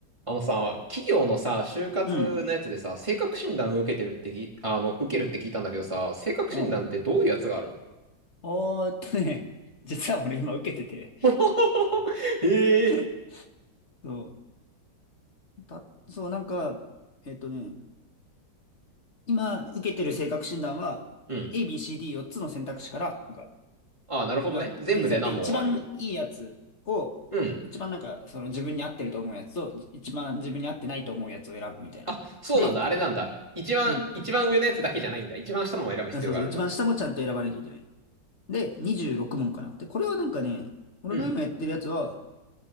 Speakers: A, on the right; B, on the left.
A: あのさ、企業のさ、就活のやつでさ、
B: うん。
A: 性格診断を受けてるってぎ、あの、受けるって聞いたんだけどさ、性格診断ってどういうやつがある
B: うん。おーっとね、<laughs> 実は俺今受けてて
A: の <laughs> へえ。
B: <laughs> そう、た、そう、なんか、えっとね、今受けてる性格診断は、
A: うん。
B: A、B、C、D4 つの選択肢から、なんか、
A: ああ、なるほどね。
B: が提示されて、
A: 全部で何問ある
B: 一番いいやつを、
A: うん。
B: 一番なんか、その自分に合ってると思うやつと、一番自分に合ってないと思うやつを選ぶみたいな。
A: あ、そうなんだ。
B: で、
A: あれなんだ。一番、
B: うん。
A: 一番上のやつだけじゃないんだ。一番下のも選ぶ必要があるんだ。
B: あそうそう、一番下もちゃんと選ばなきゃいけない。で、26問かな。で、これはなんかね、俺が今やってるやつは、
A: うん。